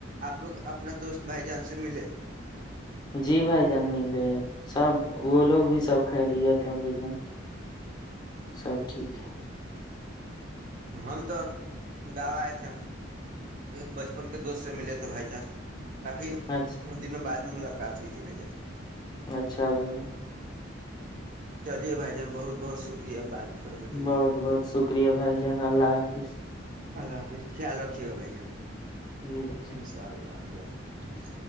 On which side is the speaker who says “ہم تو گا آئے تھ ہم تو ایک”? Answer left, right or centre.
Right